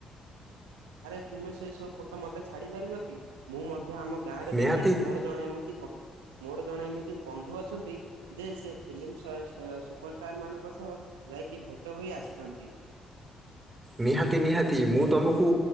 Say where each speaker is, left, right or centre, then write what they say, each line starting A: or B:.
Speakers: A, on the right (about 85°); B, on the right (about 25°).
A: ଆରେ ତୁମେ ସେଇ ସବୁ ଫଟୋ ମତେ ଛାଡି ପାରିବ କି ମୁଁ ମଧ୍ୟ ଆମ ଗାଁ ରେ
B: ନିହାତି
A: ଦେଖେଇବି ମୋର ଜଣେ ଏମିତି ମୋର ଜଣେ ଏମିତି ବନ୍ଧୁ ଅଛନ୍ତି ଯେ ସେ ଫିଲ୍ମ ଅର୍ଷ୍ଟାର୍ ମାନଙ୍କ ସହ ଯାଇକି ଭେଟ ହୋଇ ଆସିଛନ୍ତି
B: ନିହାତି ନିହାତି ମୁଁ ତମକୁ